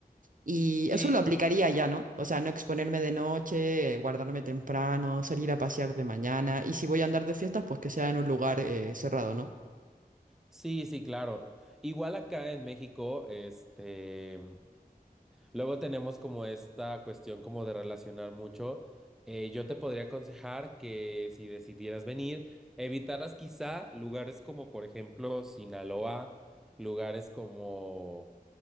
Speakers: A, on the right; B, in the centre.
A: Y
B: Sí.
A: eso lo aplicaría ya, ¿no? O sea, no exponerme de noche, eh, guardarme temprano, salir a pasear de mañana, y si voy a andar de fiestas, pues que sea en un lugar eh, cerrado, ¿no?
B: Sí, sí, claro. Igual acá en México, este, Luego tenemos como esta cuestión como de relacionar mucho. Eh, yo te podría aconsejar que si decidieras venir, evitaras quizá lugares como por ejemplo Sinaloa, lugares como